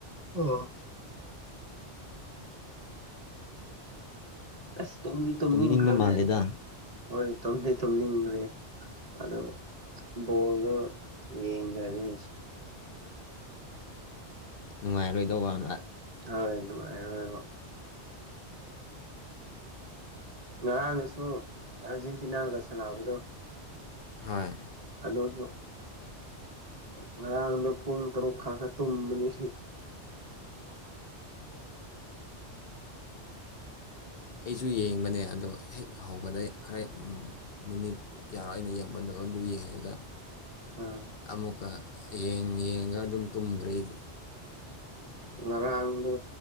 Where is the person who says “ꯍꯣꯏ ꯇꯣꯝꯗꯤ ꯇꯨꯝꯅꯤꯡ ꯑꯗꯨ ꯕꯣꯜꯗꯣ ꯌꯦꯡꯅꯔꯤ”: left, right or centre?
Right